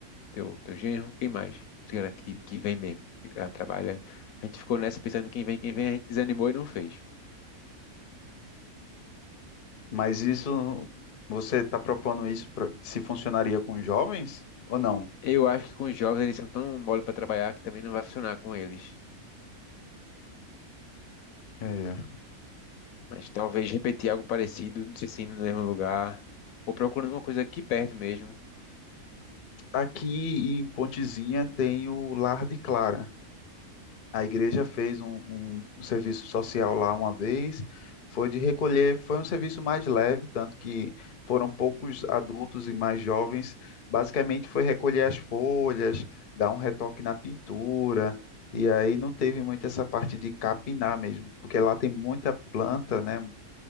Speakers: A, on the left; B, on the left.
A: teu, teu genro, quem mais? Tu garante Que, que vem mesmo, que dá um trabalho aí. A gente ficou nessa pensando quem vem, quem vem, a gente desanimou e não fez.
B: Mas isso você está propondo isso pra, se funcionaria com os jovens ou não?
A: Eu acho que com os jovens eles são tão mole para trabalhar que também não vai funcionar com eles.
B: É.
A: Mas talvez repetir algo parecido, não sei se indo no mesmo lugar, ou procurando uma coisa aqui perto mesmo,
B: Aqui em Pontezinha tem o Lar de Clara. A igreja fez um, um serviço social lá uma vez, foi de recolher, foi um serviço mais leve, tanto que foram poucos adultos e mais jovens. Basicamente foi recolher as folhas, dar um retoque na pintura, e aí não teve muito essa parte de capinar mesmo, porque lá tem muita planta, né?